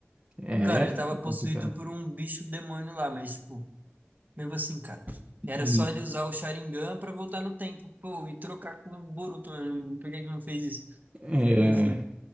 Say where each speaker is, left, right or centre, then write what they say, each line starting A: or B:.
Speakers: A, on the right; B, on the right.
A: É,
B: Cara,
A: é
B: ele tava
A: complicado.
B: possuído por um bicho demônio lá, mas, tipo, Mesmo assim, cara. Era
A: Hum.
B: só ele usar o Sharingan pra voltar no tempo, pô, e trocar com o Boruto, mano. Por que ele não fez isso?
A: É.
B: Enfim.